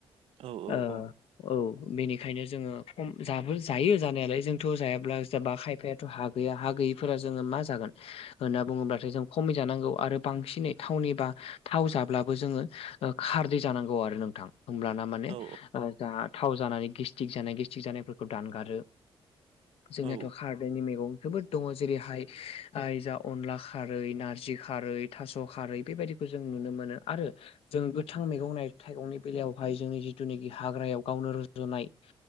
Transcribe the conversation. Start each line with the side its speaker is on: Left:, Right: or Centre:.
Right: औ औ
Left: ओ
Right: औ।
Left: औ बेनिखायनो जोङो खम जाबो जायो जानायालाय जोंथ' जायाब्ला जाबा खायफाया हा गैया हा गैयिफोरा जोङो मा जागोन? होनना बुङोब्लाथाय जों खमि जानांगौ आरो बांसिनै थावनि बा थाव जाब्लाबो जोङो खारदै जानांगौ आरो नोंथां होमब्लाना माने
Right: औ
Left: जा थाव जानानै गेस्टिक जानाय गेस्टिक जानायफोरखौ दानगारो। जोंनियाथ'
Right: औ
Left: खारदैनि मैगं जोबोद दङ जेरैहाय <unintelligible> अनला खारै, नारजि खारै, थास' खारै बेबायदिखौ जों नुनो मोनो आरो जों गोथां मैगं -थाइगंनि बेलायावहाय जोंनि जिथुनाखि हाग्रायाव गावनो र'जनाय